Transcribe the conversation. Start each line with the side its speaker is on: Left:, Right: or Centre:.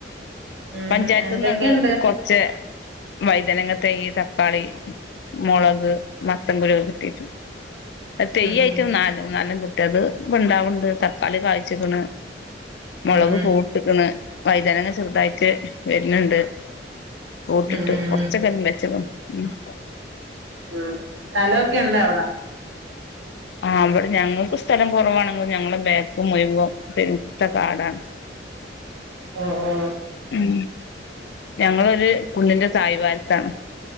Right: ഉം
Left: പഞ്ചായത്ത്ന്ന്ണ്ട്
Right: എന്തൊക്കെയുണ്ട്
Left: കൊർച്ചെ വൈതനങ്ങതെയ്യ് തക്കാളി മുളക് മത്തംകുരു കിട്ടീട്ട് തെയ്യയിട്ട്ന്നാലും
Right: ഉം
Left: ന്നാൽണ്ണംകിട്ട്യാത് പ്പഇണ്ടാവണ്ട് തക്കാളി കായ്ച്ചിക്ക്‌ണ് മുളക്
Right: ഉം
Left: പൂവ്ട്ട്ക്ണ് വൈതനങ്ങ ചെർതായിട്ട് വെര്ന്ണ്ട് പൂവ്ട്ടിട്ട്
Right: ഉം ഉം ഉം
Left: കൊർച്ചൊക്കെ
Right: ഉം
Left: <unintelligible>
Right: ഉം സ്ഥലൊക്കെണ്ടവിടാ
Left: ആ ഇവടെ ഞങ്ങക്ക് സ്ഥലം കുറവാണെങ്കി ഞങ്ങള ബേക്ക്മുഴുവോ പെരുത്ത കാടാണ്
Right: ഓ ഓ
Left: ഉം ഞങ്ങളൊരു കുണ്ട്ന്റെ തായ്‌വാരത്താണ്